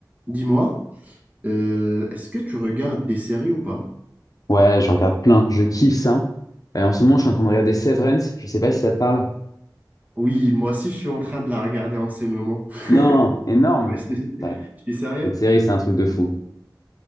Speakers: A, on the right; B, on the left.
A: Dis-moi, euh, est-ce que tu regardes des séries ou pas?
B: Ouais, je regarde plein. Je kiffe ça. Euh, en ce moment, je suis en train de regarder Severance. Je sais pas si ça te parle.
A: Oui, moi aussi, je suis en train de la regarder en ce moment. <laughs>
B: Non, énorme.
A: Ouais, Je je
B: Putain,
A: suis sérieux.
B: Cette série, c'est un truc de fou.